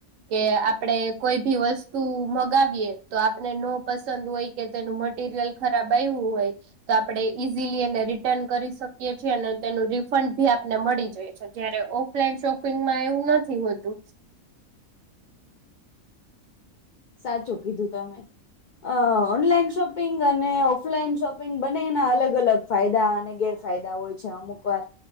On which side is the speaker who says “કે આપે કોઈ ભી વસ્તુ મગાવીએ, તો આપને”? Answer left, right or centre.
Right